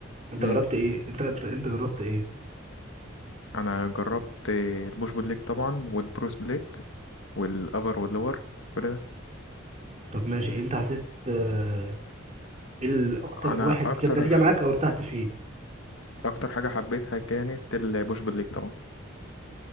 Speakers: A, on the right (about 35°); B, on the left (about 75°).
A: انت
B: امم
A: جربت ايه؟ انت انت, انت جربت ايه؟
B: انا جربت آه، البوش بول ليج طبعا والبرو سبليت والابر واللور كل
A: طب ماشي انت حسيت آه، ايه الاكتر
B: انا
A: واحد
B: اكتر
A: جاب نتيجه معاك او ارتحت فيه؟
B: اكتر حاجه حبيتها كانت البوش بول ليج طبعا